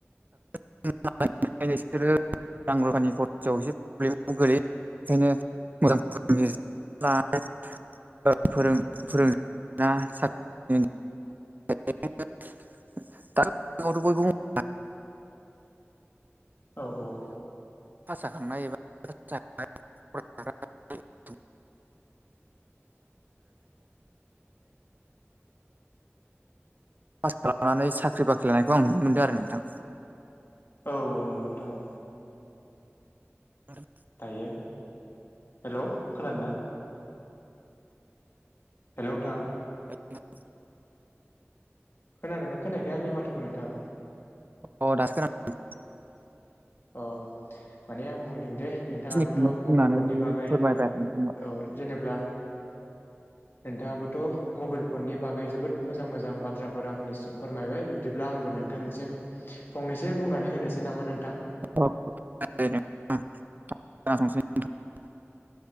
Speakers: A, on the right; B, on the left.
A: <unintelligible> रां रुफानि खरसायाव एसे प्रब्लेमाव गोलैयो बेओंखायनो मोजां फोर <unintelligible> <unintelligible>
B: औ औ
A: भासा जाखांनाय एबा <unintelligible> <unintelligible> <unintelligible> पास खालामनानै साख्रि बाख्रि लानायखौ आं नुनो मोनदों आरो नोंथां
B: औ औ नंगौ नथां औ
A: <unintelligible>
B: दायो हेल' खोनादों ना? हेल' नोंथाङा
A: <unintelligible>
B: खोनादोंना खोनायाखै आंनि माथोखौ नोंथाङा?
A: अ दासो खोनादों।
B: अह माने आं बुंदों दे नोंथाङाबोथ'
A: खिनिखौनो बुंनानै
B: मबाइल फननि बागै
A: फोरमायबाय
B: औ
A: आरो नोंथांनो
B: जेनेब्ला <inaudible> नोंथाङाबोथ' मबाइल फननि बागै जोबोद मोजां मोजां बाथ्राफोर आंनिसिम फोरमायबाय बिब्दिब्ला आंबो नोंथांनिसिम फंनैसो बुंनानै होनोसै नामा नोंथां?
A: <unintelligible>